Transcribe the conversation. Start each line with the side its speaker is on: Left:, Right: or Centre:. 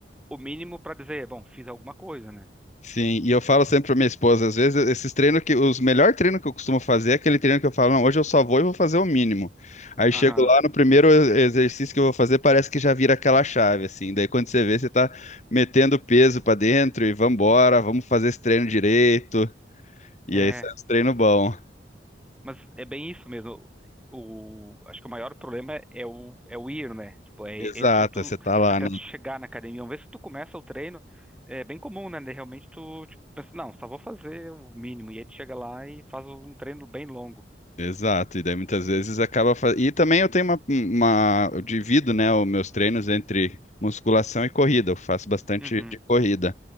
Centre: o mínimo para dizer, bom, fiz alguma coisa, né?
Left: Sim, e eu falo sempre pra minha esposa, às vezes, esses treinos que, os melhor treino que eu costumo fazer é aquele treino que eu falo, não, hoje eu só vou e vou fazer o mínimo. Aí
Centre: Aham.
Left: chego lá, no primeiro exercício que eu vou fazer, parece que já vira aquela chave, assim. Daí quando você vê, você tá metendo peso pra dentro e vambora, vamos fazer esse treino direito. E
Centre: É.
Left: aí sai os treinos bom.
Centre: Mas é bem isso mesmo. O, acho que o maior problema é é o, é o ir, né? Tipo, é
Left: Exato,
Centre: entre tu,
Left: você tá lá,
Centre: até
Left: né?
Centre: tu chegar na academia. Uma vez que tu começa o treino, é bem comum, né? De Realmente tu, tipo, pensa, não, só vou fazer o mínimo. E aí tu chega lá e faz um treino bem longo.
Left: Exato, e daí muitas vezes acaba fazendo. E também eu tenho uma, uma. Eu divido, né, os meus treinos entre musculação e corrida. Eu faço bastante
Centre: Uhum,
Left: de corrida.